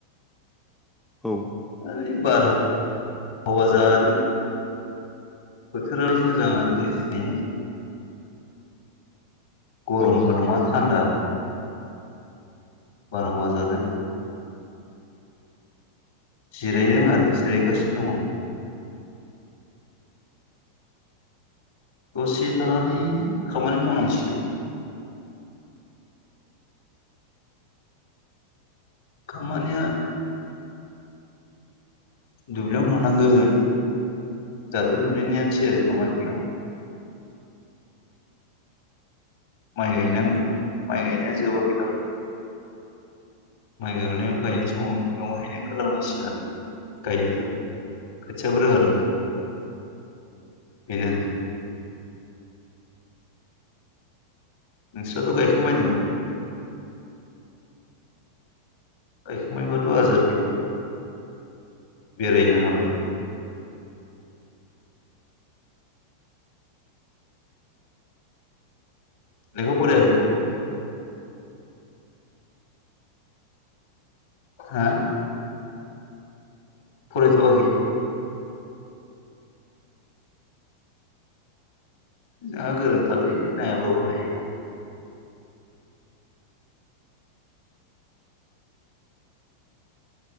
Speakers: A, in the centre; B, on the left (about 55°).
A: औ
B: ओरै बार बारहावा जादों बोथोराल मोजां आरो दे दिनैहाय गरमबो
A: औ अ
B: नङा थान्दा बारहावा जादों जिरायदों आरो जिरायगासिनो दङ। दसे थानानै खामानि मावनांसिगोन खामानिया दुब्लियावनो थांनांगोन दाथ' दुब्लिनियानोसै आरो खामानिफ्रा माइ गायनांगौ माइ गायनाया जोबाखै दाबो माइ गायनायाव गायनाय समाव बेवहायनो ओंखारलांनांसिगोन आरो गायनो थाखाय खोथियाबो रोगानांगोन बेनो आरो नोंस्राथ' गायखांबाय होन्दों नामा? गायखांबायबाथ' आजादि बेरायनो हाबाय लेखा फरायाखै नामा हा फरायथ'वाखै नोंहा गोरों खालै नायाबाबो हायो।